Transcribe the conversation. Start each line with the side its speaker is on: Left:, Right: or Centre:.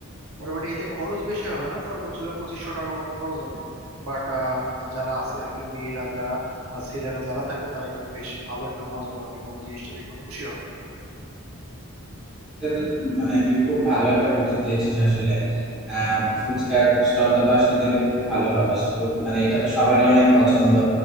Right: মোটামুটি এতে খরচ বেশি হবে না সর্বোচ্চ হলে পঁচিশশো টাকা মতো খরচ হবে বাট যারা আছে আর কি মেয়েরা যারা বা ছেলেরা যারা থাকবে তারা কিন্তু বেশ ভালো একটা মজা পাবে এবং জিনিসটা দেখে খুশি হবে
Centre: এটা তো মানে তুই খুব ভালো একটা বুদ্ধি দিয়েছিস আসলে আহ ফুচকার স্টলটা তো আসলে দিলে খুবই ভালো হবে সু- মানে এটা তো সবারই অনেক পছন্দ